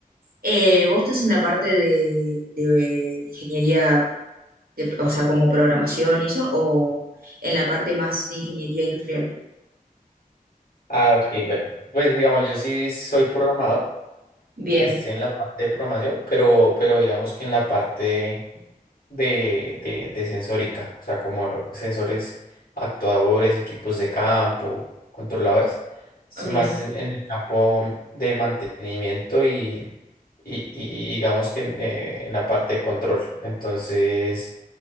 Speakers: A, on the right; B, on the left.
A: Eh, vos estás en la parte de, de ingeniería, de- o sea, como programación y eso, o en la parte más de ingeniería industrial.
B: Ah, ok, bueno, pues digamos, yo sí soy programador.
A: Bien,
B: Estoy en la parte de programación, pero, pero digamos que en la parte de, de, de sensórica, o sea, como sensores actuadores, equipos de campo, controladores. Estoy
A: bien,
B: más en, en el campo de mantenimiento y, y, y- y digamos que en, eh, en la parte de control. Entonces,